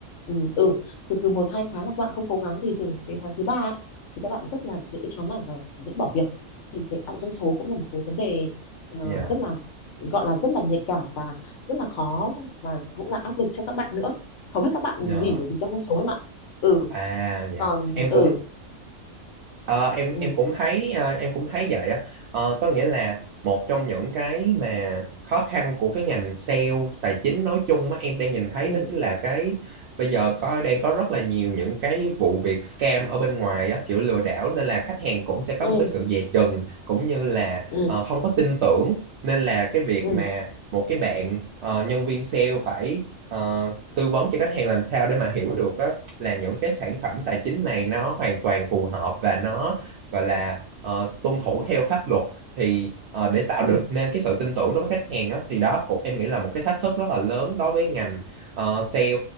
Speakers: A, on the left (about 70°); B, on the right (about 65°).
A: ừ, ừ từ từ một hai tháng mà các bạn không cố gắng thì thường cái tháng thứ ba ấy, thì các bạn rất là dễ chán nản và dễ bỏ việc thì cái áp doanh số cũng là một cái vấn đề ờ,
B: dạ
A: rất là gọi là rất là nhạy cảm và rất là khó và cũng là áp lực cho các bạn nữa hầu hết các bạn
B: dạ
A: nghỉ bởi vì do doanh số ấy mà ừ
B: à dạ
A: còn
B: em
A: ừ
B: cũng Ờ, em
A: ừ
B: em cũng thấy ờ, em cũng thấy vậy á Ờ, có nghĩa là một trong những cái mà khó khăn của cái ngành sale tài chính nói chung mà em đang nhìn thấy
A: ừ
B: đó chính là cái bây giờ có đang có rất là nhiều những cái vụ việc scam ở bên ngoài á kiểu lừa đảo nên là khách hàng cũng sẽ có
A: ừ
B: một cái sự dè chừng cũng như là
A: ừ
B: ờ, không có tin tưởng nên là cái việc
A: ừ
B: mà một cái bạn ờ, nhân viên sale phải ờ, tư vấn cho khách hàng làm sao để mà hiểu được là những cái sản phẩm tài chính này nó hoàn toàn phù hợp và nó gọi là ờ, tuân thủ theo pháp luật thì ờ, để tạo
A: ừ
B: được nên cái sự tin tưởng đối với khách hàng á, thì đó cũng em nghĩ là một cái thách thức rất là lớn đối với ngành ờ, sale